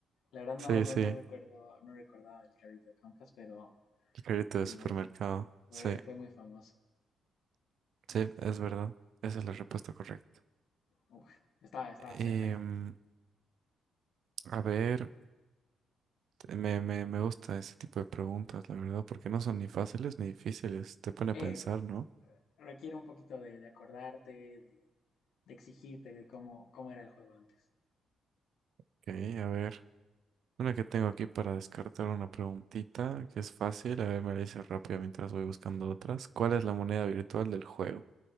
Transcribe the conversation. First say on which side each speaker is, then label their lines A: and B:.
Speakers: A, on the left; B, on the right.
A: La verdad no,
B: Sí,
A: no,
B: sí.
A: no
B: El
A: recuerdo, no recordaba el carrito de compras, pero
B: carrito
A: sí,
B: de supermercado.
A: me- fue,
B: Sí,
A: fue muy famoso.
B: sí, es verdad. Esa es la respuesta correcta.
A: Uf, estaba, estaba cerca,
B: Y,
A: la verdad.
B: mm, a ver, te- me, me, me gusta ese tipo de preguntas, la verdad, porque no son ni fáciles ni difíciles. Te pone
A: Eh,
B: a pensar, ¿no?
A: requiere un poquito de, de acordarte, de, de exigirte de cómo, cómo era el juego antes.
B: Ok, a ver. Una que tengo aquí para descartar una preguntita que es fácil. A ver, me la dices rápido mientras voy buscando otras. ¿Cuál es la moneda virtual del juego?